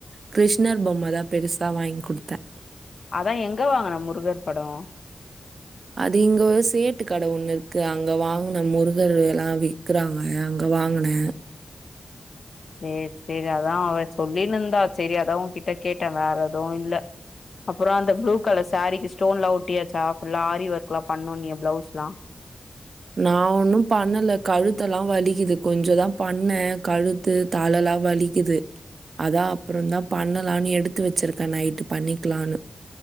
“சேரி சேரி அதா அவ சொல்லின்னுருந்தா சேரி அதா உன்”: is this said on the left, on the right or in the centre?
Left